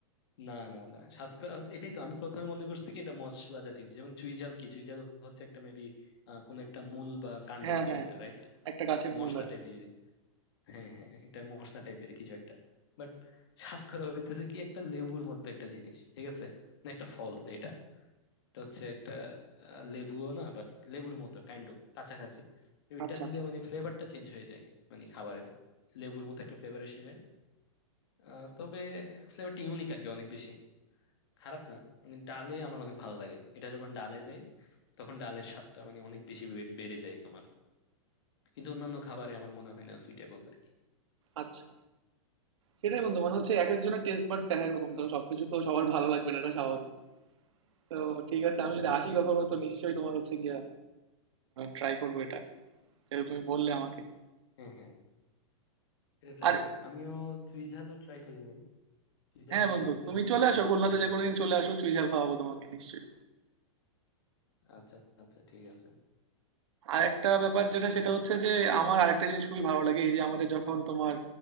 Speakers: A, on the left (about 50°); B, on the right (about 65°).
A: না না না সাতকরা হচ্ছে- এটাই তো আমি প্রথমে মনে করছি কি এটা মশলা জাতীয় কিছু যেমন চুইঝাল কি চুইঝাল হচ্ছে একটা মেবি কোন একটা মূল বা কাণ্ড
B: হ্যাঁ
A: কিছু
B: হ্যাঁ
A: একটা রাইট
B: একটা গাছের মূল
A: মশলা
B: আর
A: টাইপের
B: কি
A: হ্যাঁ হ্যাঁ এটা মশলা টাইপের কিছু একটা বাট সাতকরা হইতেছে কি একটা লেবুর মতো একটা জিনিস ঠিক আছে না একটা ফল এটা এটা হচ্ছে একটা আহ, লেবুও না বাট লেবুর মতো কাইন্ড অফ কাছাকাছি তো এটা
B: আচ্ছা
A: দিলে
B: আচ্ছা
A: মানে ফ্লেভারটা চেঞ্জ হয়ে যায় মানে খাবারের লেবুর মতো একটা ফ্লেভার এসে যায় আহ, তবে ফ্লেভারটা ইউনিক আর কি অনেক বেশি খারাপ না মানে ডালে আমার অনেক ভালো লাগে এটা যখন ডালে দেয় তখন ডালের স্বাদটা মানে অনেক বেশি বে- বেড়ে যায় তোমার কিন্তু অন্যান্য খাবারে আমার মনে হয় না সুইটেবল আর কি
B: আচ্ছা সেটাই বন্ধু মনে হচ্ছে এক একজনের টেস্ট বাট দেখা এরকম তবে সবকিছু তো সবার ভালো লাগবে না এটা স্বাভাবিক তো ঠিক আছে আমি
A: হম
B: যদি
A: হম
B: আসি কখনো তো নিশ্চয়ই তোমার হচ্ছে গিয়া ট্রাই করবো এটা যেহেতু তুমি বললে আমাকে
A: হ্যাঁ হ্যাঁ এটা ট্রাই
B: আর
A: করো আমিও তুই ঝালও ট্রাই করিনি তুই ঝালও
B: হ্যাঁ
A: ট্রাই
B: বন্ধু
A: করতে
B: তুমি
A: হবে
B: চলে
A: দেখি
B: আসো খুলনাতে
A: খুলনা
B: যে কোনোদিন চলে আসো চুই ঝাল খাওয়াবো তোমাকে নিশ্চয়ই
A: আচ্ছা আচ্ছা ঠিক আছে
B: আরেকটা ব্যাপার যেটা সেটা
A: হুম,
B: হচ্ছে যে আমার আরেকটা জিনিস খুবই ভালো লাগে এই যে আমাদের যখন তোমার